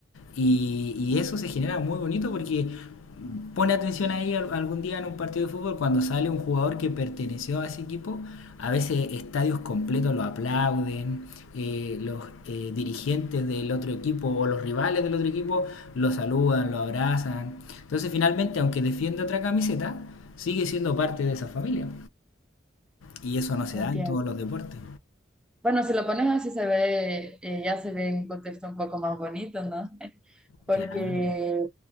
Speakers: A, on the left; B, in the centre.
A: Y, y eso se genera muy bonito porque pone atención ahí algún día en un partido de fútbol cuando sale un jugador que perteneció a ese equipo, a veces estadios completos lo aplauden, eh, los eh, dirigentes del otro equipo o los rivales del otro equipo lo saludan, lo abrazan. Entonces finalmente, aunque defienda otra camiseta, sigue siendo parte de esa familia. Y eso no se
B: Entiendo.
A: da en todos los deportes.
B: Bueno, si lo pones así se ve, eh, ya se ve en un contexto un poco más bonito, ¿no? <laughs> Porque
A: Claro.